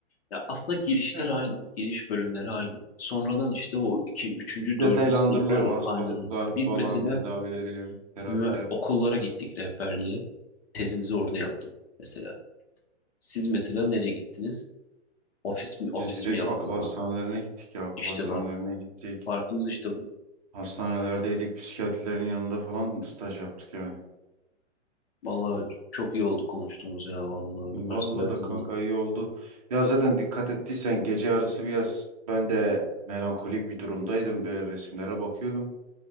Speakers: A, on the left (about 55°); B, on the right (about 35°).
A: Ya aslında girişler
B: Ya,
A: aynı. Giriş bölümleri aynı. Sonradan işte o iki, üçüncü, dördüncü
B: Detaylandırılıyor
A: sınıf var ya
B: hastalıklar
A: aynen öyle. Biz
B: falan,
A: mesela
B: tedavileri, terapiler.
A: ünive- okullara gittik rehberliğe. Tezimizi orada yaptık mesela. Siz mesela nereye gittiniz? Ofis mi, ofis
B: Biz direkt
A: mi yaptınız
B: akıl hastanelerine
A: lan?
B: gittik ya. Akıl
A: İşte
B: hastanelerine
A: bak
B: gittik.
A: farkımız işte bu.
B: Hastanelerdeydik. Psikiyatrilerin yanında falan staj yaptık yani.
A: Vallahi çok iyi oldu konuştuğumuz ya vallahi
B: Vallahi
A: üniversite hayatını
B: da kanka iyi oldu. Ya zaten dikkat ettiysen gece yarısı biraz ben de melankolik bir durumdaydım. Böyle resimlere bakıyordum.